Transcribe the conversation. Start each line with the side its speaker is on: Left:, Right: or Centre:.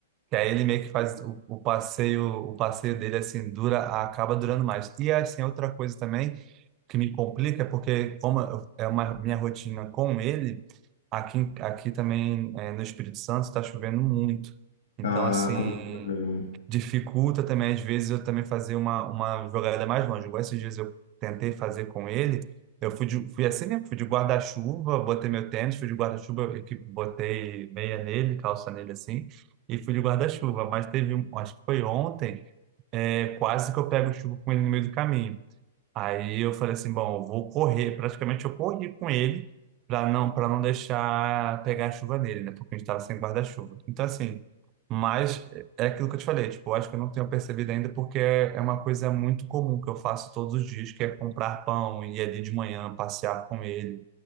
Right: Que aí ele meio que faz o, o passeio, o passeio dele assim dura, acaba durando mais. E assim, outra coisa também que me complica é porque como eu- é uma minha rotina com ele, aqui em- aqui também eh, no Espírito Santo está chovendo muito. Então
Left: Ah,
Right: assim,
Left: tem isso também.
Right: dificulta também às vezes eu também fazer uma uma jogada mais longe. Igual esses dias eu tentei fazer com ele, eu fui de, fui assim mesmo, fui de guarda-chuva, botei meu tênis, fui de guarda-chuva, eu que botei meia nele, calça nele assim. E fui de guarda-chuva, mas teve, um- acho que foi ontem, eh, quase que eu pego chuva com ele no meio do caminho. Aí eu falei assim, bom, eu vou correr, praticamente eu corri com ele para não para não deixar pegar a chuva nele, né? Porque a gente estava sem guarda-chuva. Então assim, mas é aquilo que eu te falei, tipo, eu acho que eu não tenho percebido ainda porque é uma coisa muito comum que eu faço todos os dias, que é comprar pão e ir ali de manhã passear com ele.